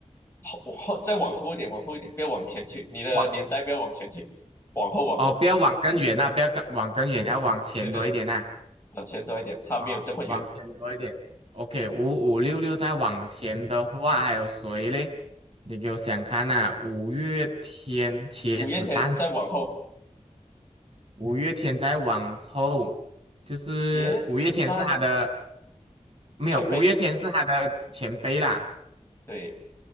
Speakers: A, on the left; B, on the right.
A: 后后再往后一点，往后一点，不要往前去，你的年代不要往前去，
B: 哇，
A: 往后往后。
B: 哦，不要往更远啊，不要更往更远，要往前多一点呐。
A: 对对对，往前走一点，它没有这么远。
B: 啊，往前多一点。OK，五五六六再往前的话，还有谁嘞？你给我想看呐、啊五月天、茄子蛋，
A: 五月天再往后，
B: 五月天再往后，就是五月天是他的，
A: 茄子蛋
B: 没有，
A: 前辈，
B: 五月天是他的前辈啦，
A: 对，